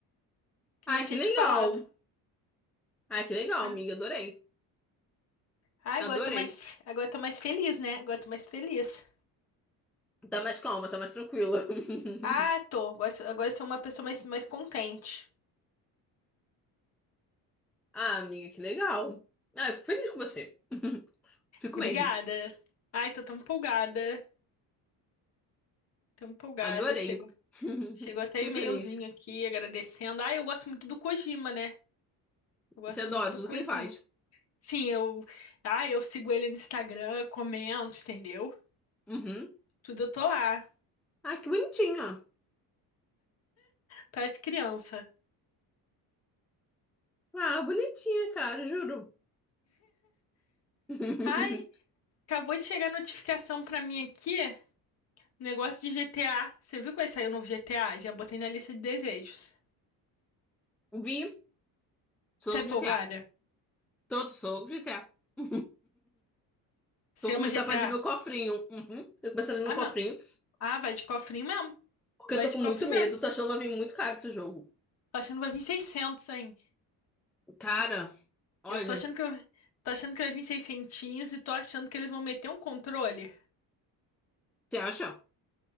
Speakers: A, on the left; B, in the centre.
A: Que
B: Ai,
A: nem tinha
B: que legal.
A: te falado.
B: Ai, que legal,
A: Ah,
B: amiga. Adorei.
A: ah, agora
B: Adorei.
A: eu tô mais, agora eu tô mais feliz, né? Agora eu tô mais feliz.
B: Tá mais calma, tá mais tranquila. <laughs>
A: Ah, tô. Agora, sou- agora eu sou uma pessoa mais, mais contente.
B: Ah, amiga, que legal. Ah, eu fico feliz com você. <laughs> Fico
A: Obrigada.
B: mesmo.
A: Ai, tô tão empolgada. Tão empolgada.
B: Adorei.
A: Chegou,
B: <laughs>
A: chegou até
B: Fiquei
A: e-mailzinho
B: feliz.
A: aqui agradecendo. Ai, eu gosto muito do Kojima, né? Eu gosto
B: Você adora
A: muito do
B: tudo
A: Kojima.
B: que ele faz.
A: Sim, eu. Ai, eu sigo ele no Instagram, comento, entendeu?
B: Uhum.
A: Tudo eu tô lá.
B: Ah, que bonitinha.
A: Parece criança.
B: Ah, bonitinha, cara, juro. <laughs>
A: Ai, acabou de chegar a notificação pra mim aqui. Negócio de GTA. Você viu que vai sair o novo GTA? Já botei na lista de desejos.
B: Vi. Soco
A: Tá empolgada?
B: de GTA. Todo soco de GTA. <laughs>
A: Você
B: Vou
A: ama
B: começar
A: GTA?
B: a fazer meu cofrinho. Uhum. Vou começar a fazer meu
A: Ah,
B: cofrinho.
A: meu. Ah, vai de cofrinho mesmo.
B: Porque
A: Vai
B: eu tô
A: de
B: com
A: cofrinho
B: muito medo.
A: mesmo.
B: Tô achando que vai vir muito caro esse jogo.
A: Tô achando que vai vir seiscentos hein?
B: Cara, olha.
A: Eu tô achando que eu... Tô achando que vai vir seiscentinhos e tô achando que eles vão meter um controle.
B: Você acha?